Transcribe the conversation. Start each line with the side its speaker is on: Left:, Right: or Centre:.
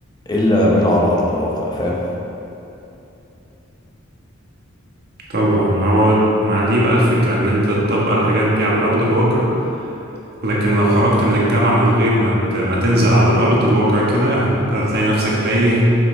Left: الا من على ارض الواقع فاهم
Right: طبعا هو مع دي بقى الفكرة ان انت تطبق الحاجات دي على ارض الواقع لكن لو خرجت من الجامعة من غير ما ت- ما تنزل على الأرض الواقع كده هت- هتلاقي نفسك تايه